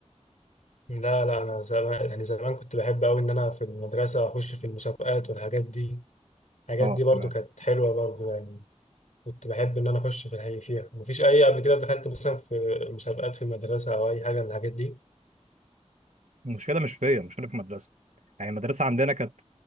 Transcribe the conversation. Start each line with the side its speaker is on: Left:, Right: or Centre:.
Left: لا لا انا زمان يعني زمان كنت بحب قوي ان انا في المدرسه اخش في المسابقات والحاجات دي الحاجات
Right: اه
Left: دي برضه
Right: تمام
Left: كانت حلوه برضه يعني كنت بحب ان انا اخش في الحقيقة فيها مفيش اي قبل كده دخلت مثلا في مسابقات في المدرسه او اي حاجه من الحاجات دي
Right: المشكله مش فيا المشكله في المدرسه يعني المدرسه عندنا كانت